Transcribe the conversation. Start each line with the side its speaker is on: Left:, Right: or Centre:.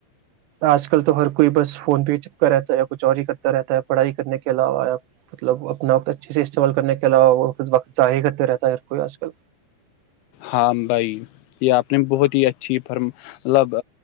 Right: آج کل تو ہر کوئی بس فون پہ ہی چپک رہتا ہے یا کچھ اوروری کرتا رہتا ہے پڑھائی کرنے کے علاوہ مطلب اپنا آپ کو اچھے سے استعمال کرنے کے علاوہ وہ وقت ضع کرتے رہتا ہے ہ کوئی آج کل
Left: ہاں بھائی یہ آپ نے بہت ہی اچھی فرم ملب